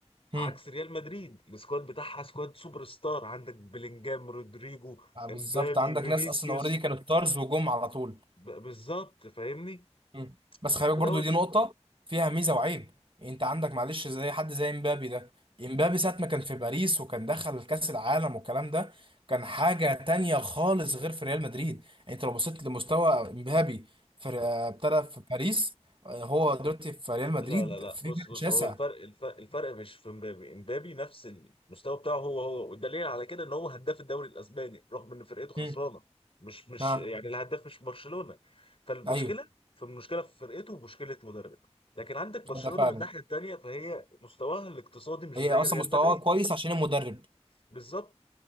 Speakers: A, on the left (about 55°); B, on the right (about 50°).
A: عكس
B: هم
A: ريال مدريد السكواد بتاعها سكواد سوبر ستار عندك بلينجهام رودريجو
B: آه بالظبط
A: امبابي
B: عندك
A: فينيسيوس
B: ناس اصلا اوريدي كانوا ستارز وجم على طول
A: ب- بالظبط فاهمني
B: مم. بس خلي
A: فدوت
B: بالك برضو دي نقطة فيها ميزة وعيب انت عندك معلش زي حد زي امبابي ده امبابي ساعة ما كان في باريس وكان دخل كأس العالم والكلام ده كان حاجة تانية خالص غير في ريال مدريد يعني انت لو بصيت لمستوى امبابي في ابتدى في باريس آه، هو دلوقتي في ريال مدريد
A: لا لا لا
B: في فرق
A: بص بص
B: شاسع
A: هو الفرق الفرق, الفرق مش في امبابي امبابي نفس المستوى بتاعه هو هو والدليل على كده ان هو هداف الدوري الاسباني رغم ان فرقته خسرانه
B: مم.
A: مش مش
B: ها
A: يعني الهداف مش برشلونه فالمشكله
B: ايوه
A: فالمشكله في فرقته ومشكله مدرب لكن عندك برشلونه
B: ده فعلا
A: من الناحيه التانيه فهي مستواها الاقتصادي مش
B: هي
A: زي
B: اصلا
A: ريال
B: مستواه
A: مدريد
B: كويس عشان المدرب
A: بالظبط